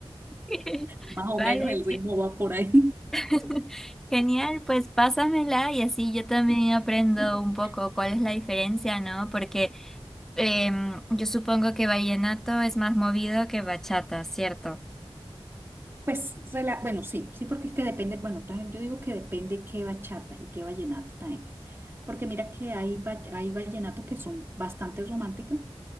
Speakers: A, in the centre; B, on the right.
A: <laughs>
B: Más o
A: Vale,
B: menos el ritmo va por ahí.
A: <laughs> Genial, pues pásamela y así yo también aprendo
B: <laughs>
A: un poco cuál es la diferencia, ¿no? Porque em, yo supongo que vallenato es más movido que bachata, ¿cierto?
B: Pues, rela- bueno, sí, sí, porque es que depende, bueno, también yo digo que depende qué bachata y qué vallenato también, porque mira que hay, va- hay vallenatos que son bastante románticos